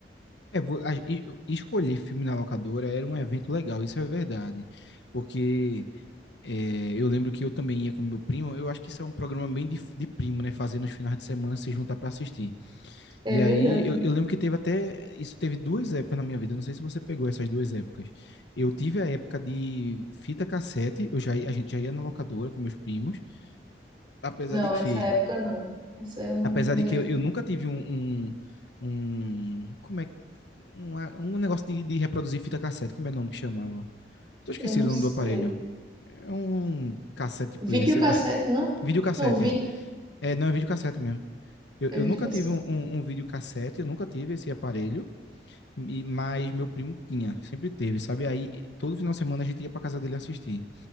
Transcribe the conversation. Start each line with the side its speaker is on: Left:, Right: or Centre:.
Left: É, vo- a- e- escolher filme na locadora era um evento legal, isso é verdade. Porque é, eu lembro que eu também ia com meu primo, eu acho que isso é um programa bem de, de primo, né? Fazer nos finais de semana se juntar para assistir.
Right: É
Left: E
Right: verdade.
Left: aí eu, eu lembro que teve até. Isso teve duas épocas na minha vida, eu não sei se você pegou essas duas épocas. Eu tive a época de fita cassete, eu já, ia- a gente já ia na locadora com meus primos, apesar
Right: Não,
Left: de que.
Right: essa época não. Essa eu não
Left: Apesar
Right: me
Left: de
Right: lembro.
Left: que eu, eu nunca tive um, um, um- Como é. que- uma- um negócio de, de reproduzir fita cassete. Como é o nome que chamava? Tô esquecido
Right: Eu não
Left: o
Right: sei.
Left: nome do aparelho. É um cassete player,
Right: Videocassete,
Left: sei lá. <laughs>
Right: não?
Left: Videocassete,
Right: Não, vídeo.
Left: é. É, não, é videocassete mesmo. Eu, eu
Right: É videocassete.
Left: nunca tive um, um, um videocassete, eu nunca tive esse aparelho, e- mas meu primo tinha, sempre teve, sabe? Aí todo final de semana a gente ia pra casa dele assistir.